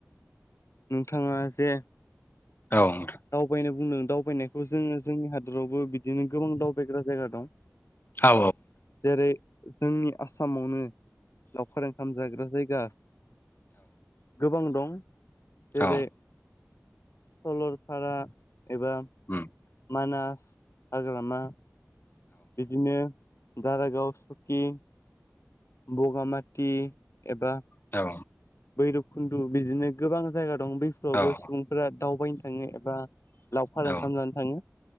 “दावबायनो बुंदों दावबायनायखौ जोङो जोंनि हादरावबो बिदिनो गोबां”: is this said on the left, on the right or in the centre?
Left